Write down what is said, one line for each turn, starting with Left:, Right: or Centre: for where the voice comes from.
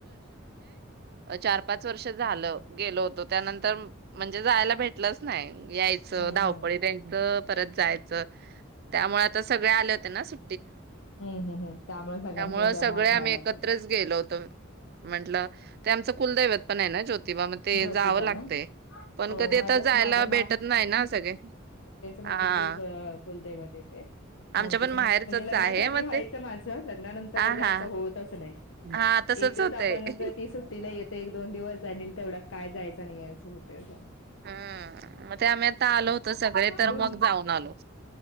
Right: चार पाच वर्ष झालं गेल होतं त्यानंतर म्हणजे जायला भेटलंच नाही यायचं
Left: हम्म
Right: धावपळी त्यांचं जायचं त्यामुळे आता सगळे आले होते ना सु
Left: हम् हम्म हम त्यामुळे सगळ्यांच्या
Right: त्यामुळे
Left: हेचामुळं
Right: सगळे आम्ही
Left: झालं
Right: एकत्रच
Left: असेल.
Right: गेलो होतो म्हंटलं ते आमचं कुलदैवत पण आहे ना ज्योतिबा म ते
Left: ज्योतिबा
Right: जावं
Left: ना
Right: लागते पण
Left: हो
Right: कधी
Left: माझ्या
Right: आता जायला
Left: माझ्या
Right: भेटत नाही ना सगळे
Left: माझ
Right: हा
Left: तेच कुलदवत येते
Right: आमच्या
Left: आमचं पण
Right: माहेरचच
Left: म्हणजे लग्नाच्या
Right: आहे
Left: आधी
Right: मग
Left: व्हायच
Right: ते
Left: माझ लग्नानंतर
Right: हा
Left: जास्त
Right: हा
Left: होतच नाहीेच
Right: हा तसच
Left: येतेच
Right: होतंय
Left: आपण कती सुट्टीला किती एक दोन दिवस आणि तेवढ्यात काय जायचं आणि यायचं होते असं
Right: हम्म मग ते आम्ही आता आलो होतो सगळे तर
Left: दोन
Right: मग जाऊन आलो.